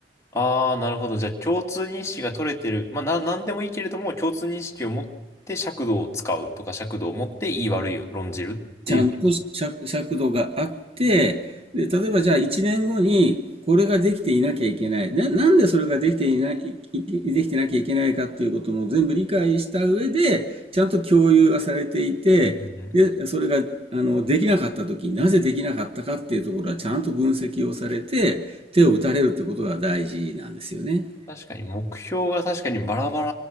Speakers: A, on the left; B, on the right.
A: ああ、なるほど。じゃあ、共通認識が取れてる。まあ、な、なんでもいいけれども、共通認識を持って尺度を使うとか、尺度を持っていい悪いを論じるっていうこと。
B: ちゃんと尺、尺度があって、で、例えばじゃあ1年後にこれができていなきゃいけない。な、なんでそれができていない、いいできてなきゃいけないかっていうことも全部理解した上で、ちゃんと共有がされていて、
A: うんうんうん
B: で、それが、あの、できなかった時になぜできなかったかっていうところはちゃんと分析をされて、手を打たれるってことが大事なんですよね。
A: 確かに、目標が確かにバラバ